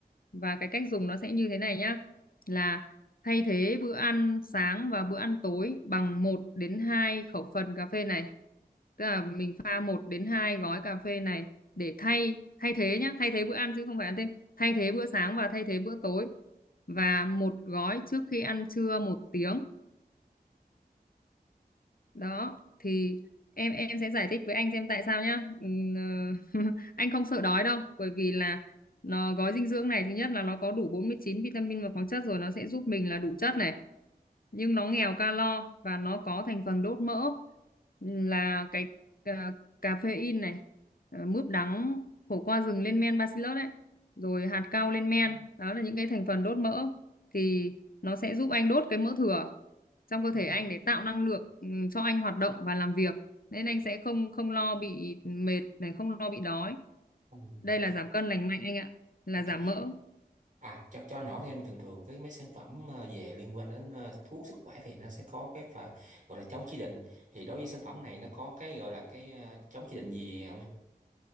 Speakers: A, on the left (about 65°); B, on the right (about 50°).
A: Và cái cách dùng nó sẽ như thế này nhá, là thay thế bữa ăn sáng và bữa ăn tối bằng một đến 2 khẩu phần cà phê này. Tức là mình pha một đến 2 gói cà phê này để thay thay thế nhá, thay thế bữa ăn chứ không phải ăn thêm, thay thế bữa sáng và thay thế bữa tối và một gói trước khi ăn trưa một tiếng đó thì em em sẽ giải thích với anh xem tại sao nhá Ừm, <laughs> anh không sợ đói đâu bởi vì là nó gói dinh dưỡng này thứ nhất là nó có đủ 49 vitamin và khoáng chất rồi nó sẽ giúp mình là đủ chất này nhưng nó nghèo calo và nó có thành phần đốt mỡ là cái cà, caffeine này ờ, mướp đắng khổ qua rừng lên men bacillus đấy rồi hạt cau lên men
B: Ừ,
A: đó là những cái thành phần đốt mỡ thì nó sẽ giúp anh đốt cái mỡ thừa trong cơ thể
B: à,
A: anh để tạo năng lượng ừ, cho anh hoạt động và làm việc nên anh sẽ không không lo bị mệt này không lo bị đói
B: ừ,
A: đây
B: ok
A: là giảm cân lành mạnh anh ạ là
B: ok
A: giảm mỡ
B: à cho cho anh hỏi thêm thường thường cái mấy sản phẩm ờ, về liên quan đến ờ, thuốc sức khỏe thì nó sẽ có cái phần gọi là chống chỉ định thì đối với sản phẩm này nó có cái gọi là cái ờ, chống chỉ định gì không em